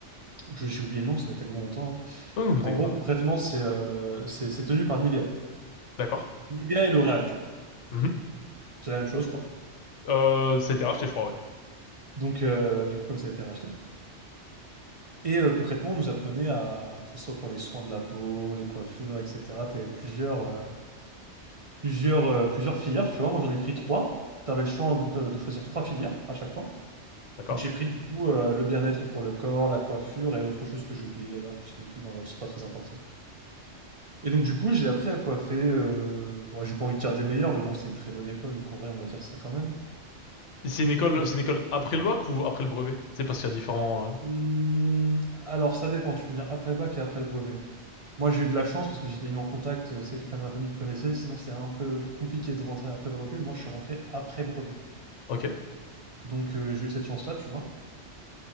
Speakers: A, on the right (about 40°); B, on the left (about 85°).
A: je- j'ai oublié le nom, ça fait tellement longtemps. hein.
B: Oh, non, mais
A: En
B: t'inquiète
A: gros,
B: pas.
A: concrètement, c'est euh, c'est c'est tenu par Nivea.
B: D'accord.
A: Nivea et L'Oréal, tu vois.
B: Mhm.
A: C'est la même chose, je crois.
B: Euh, ça a été racheté, je crois, ouais.
A: Donc, euh, du coup, comme ça a été racheté. Et euh, concrètement, on nous apprenait à, que ce soit pour les soins de la peau, les coiffures, etc. Tu avais plusieurs. euh, plusieurs, euh, plusieurs filières, tu vois. Moi, j'en ai pris trois. Tu avais le choix donc, euh, de choisir trois filières à chaque fois.
B: D'accord.
A: Donc, j'ai pris du coup euh, le bien-être pour le corps, la coiffure et autre chose que j'ai oublié d'ailleurs, je sais même plus, enfin bref, c'est pas très important. Et donc, du coup, j'ai appris à coiffer. euh, bon, j'ai pas envie de dire des meilleurs, mais bon, c'est une très bonne école, donc en vrai, on va dire ça quand même.
B: Et C'est une école,
A: Donc,
B: c'est une école après le bac ou après le brevet? C'est parce qu'il y a différents. euh,
A: hmm, alors ça dépend, tu peux venir après le bac et après le brevet. Moi, j'ai eu de la chance parce que j'étais mis en contact, euh, c'est avec quelqu'un de ma famille qui connaissait, sinon c'est un peu compliqué de rentrer après brevet. Moi, je suis rentré après brevet.
B: Ok.
A: Donc, euh, j'ai eu cette chance-là, tu vois.